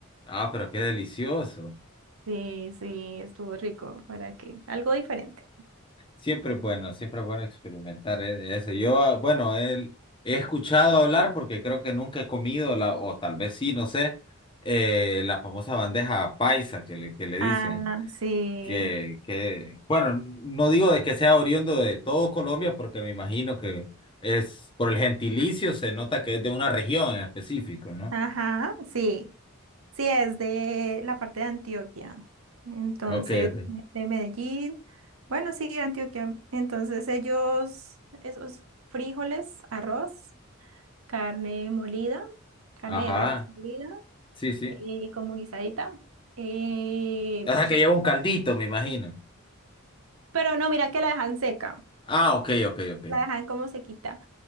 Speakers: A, on the left; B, on the right.
A: Ah, pero qué delicioso.
B: Sí, sí, estuvo rico, ¿para que Algo diferente.
A: Siempre es bueno, siempre es bueno experimentar eh, eso. Yo, ah, bueno, él, he escuchado hablar porque creo que nunca he comido, la, o tal vez sí, no sé, eh, la famosa bandeja paisa que le, que le dicen.
B: Ah, sí,
A: Que, que, bueno, no digo de que sea oriundo de todo Colombia porque me imagino que es por el gentilicio se nota que es de una región en específico, ¿no?
B: ajá, sí. Sí, es de la parte de Antioquia. Entonces,
A: Ok, ok.
B: me- de Medellín. Bueno, sí, Antioquia. Entonces, ellos, esos frijoles, arroz, carne molida, carne
A: Ajá,
B: de res molida,
A: sí, sí.
B: eh, como guisadita, eh,
A: O sea
B: chicharrón.
A: que lleva un caldito, me imagino.
B: Pero no, mira que la dejan seca.
A: Ah, ok, ok, ok.
B: La dejan como sequita.